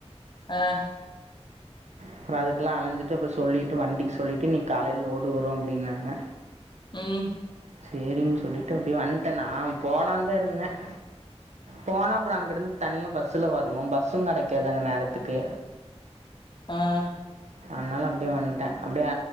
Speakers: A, on the left (about 45°); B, on the right (about 90°).
A: ஆஹ்
B: அப்புறம் அதுக்குலாம் அழஞ்சிட்டு அப்புறம் சொல்லிட்டு வண்டிக்கு சொல்லிட்டு இன்னைக்கி காலேல லோடு வரும் அப்டின்னாங்க
A: உம்
B: சேரினு சொல்லிட்டு அப்படிய வன்டே நா போலான் தான் இருந்தேன் போனா அப்புறம் அங்கிருந்து தனியா பஸ்ல வரணும் பஸ்ஸும் கெடைக்காது அங்க நேரத்துக்கு
A: ஆஹ்
B: அதனால அப்டியே வன்டேன் அப்டியே